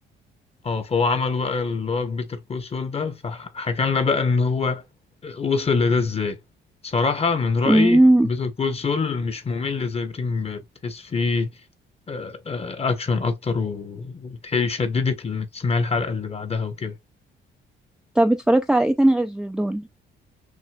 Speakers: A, on the left; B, in the centre.
A: اه فهو عمل بقى اللي هو بيتر كول سول ده فحكى لنا بقى ان هو وصل لده ازاي صراحة من رأيي
B: مم.
A: بيتر كول سول مش ممل زي بريكنج باد تحس فيه آه، آه، اكشن اكتر و- وتحيل يشددك انك تسمع الحلقة اللي بعدها وكده
B: طب اتفرجت على ايه تاني غير دول